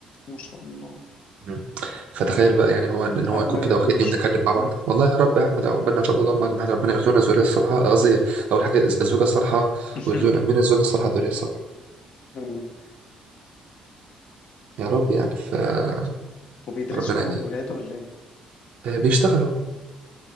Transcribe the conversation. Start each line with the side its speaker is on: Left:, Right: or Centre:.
Left: ما شاء الله
Right: مم. فتخيل بقى يعني هو ان إن هو
Left: عقبالك
Right: يكون كده واخدني
Left: يا باشا
Right: وبنتكلم مع بعض
Left: مم.
Right: والله يا رب يا احمد عقبالنا ان شاء الله اللهم
Left: مم.
Right: اجمعنا ربنا يرزقنا الذريه الصالحه قصدي اول حاجه الزوجه الصالحه
Left: <laughs>
Right: ويرزقنا من الزوجه الصالحه الذريه الصالحه
Left: مم.
Right: يا رب يعني فربنا
Left: وبيدرسوا
Right: يعني
Left: يعني ولاده ولا إيه؟
Right: آه، بيشتغلوا